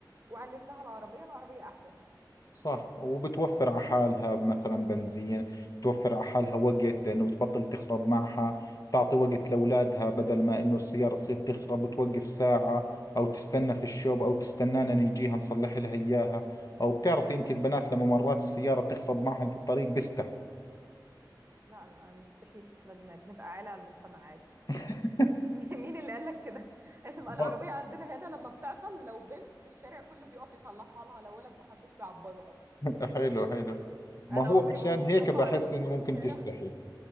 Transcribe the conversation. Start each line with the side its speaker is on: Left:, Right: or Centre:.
Right: وعلت لها العربيه العربيه احدث
Left: صح وبتوفر على حالها مثلا بنزين بتوفر على حالها وقت لأنه بتبطل تخرب معها بتعطي وقت لأولادها بدل ما إنه السيارة تصير تخرب وتوقف ساعة أو تستنى في الشوب أو تستنانا نيجيها نصلح لها إياها أو بتعرفي أنت البنات لما مرات السيارة بتخرب معهم في الطريق بيستحوا
Right: لا لا ما تستحيش احنا بن- بنبقى عالة على المجتمع عادي
Left: <laughs>
Right: <laughs> مين اللي قال لك كده؟ <laughs> بتبقى العربية
Left: ما-
Right: عندنا هنا لما بتعطل لو بنت الشارع كله بيقف يصلحها لها لو ولد محدش بيعبره أصلا
Left: حلو حلو ما
Right: أنا
Left: هو
Right: عمري
Left: عشان
Right: ما وقفت
Left: هيك
Right: جنب
Left: بحس
Right: عربيتي
Left: إنه
Right: في
Left: ممكن
Right: الشارع
Left: تستحي